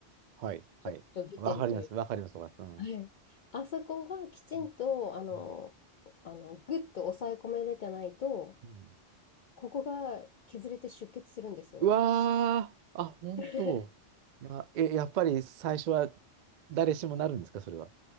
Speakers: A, on the right; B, on the left.
A: はい、
B: ちょっと出てるという
A: はい。わかります。わかります。わかります。
B: はい。あそこがきちんと、
A: うん。うん。
B: あの、
A: うん。
B: あの、ぐっと抑え込めれてないと、
A: うん
B: ここが削れて出血するんですよ。
A: うわー、あ、本当。
B: <laughs>
A: いや、え、やっぱり最初は誰しもなるんですか、それは。